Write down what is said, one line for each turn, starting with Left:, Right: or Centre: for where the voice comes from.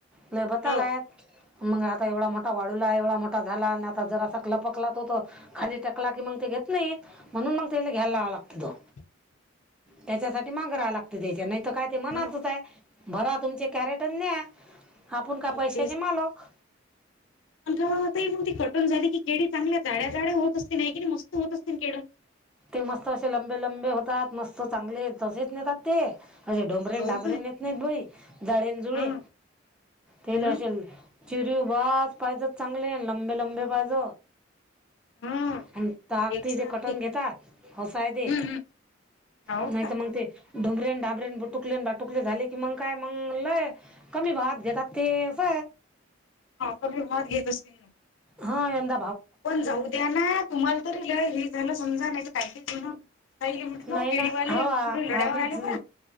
Centre: लय बतालायत..
Left: हो
Centre: मग आता एवढा मोठा वाढूला एवढा मोठा झाला आणि आता जरा असा कपकलात होत खाली टकला की मग... ते घेत नाही म्हणून मग त्याला घ्यायला
Left: हो
Centre: लागत तो.
Left: <inaudible>
Centre: त्याच्यासाठी माघरा लागत तेचा नाही तर काय. ते मनातच
Left: हो
Centre: आहे भरा तुमचे कॅरेटन न्या. आपण का
Left: हो
Centre: पैशाचे
Left: तेच
Centre: मालक
Left: ता मग ती कॉटन झाली की केडी चांगल्या जाड्या जाड्या होत असतील नाही कि मस्त होत असतील केड.
Centre: ते मस्त असे लंबे लंबे होतात मस्त चांगले तसेच नेतात ते. अे ढोंमरेण
Left: हो
Centre: डामबरेण
Left: का
Centre: येत नाहीत बई जाळेन जुळे
Left: हा हो
Centre: तेला
Left: ना
Centre: असे.. चिरी बा पाहिजे चांगले लंबे लंबे पाहिज.
Left: हा
Centre: आणि ताकती
Left: एकसारखे
Centre: जे कटण घेतात. होस आहे ते
Left: हम्म हम्म हो
Centre: नाही
Left: का
Centre: तर मग ते... ढुबरेन डाबरेन बुटुकलेन बाटुकले झाले की मग काय मंग लय कमी भावात घेतात ते अस..
Left: हा कमी भावाततघेत असतील ना.
Centre: हा यंद..
Left: पण जाऊ द्या ना तुम्हाला तरी लय हे झालं समजा नाही काच ना.. काही म्हण
Centre: नाही
Left: केडीवाले
Centre: ना हो आ-
Left: पूढे लोढ्यावरले
Centre: आम्हीच
Left: परा..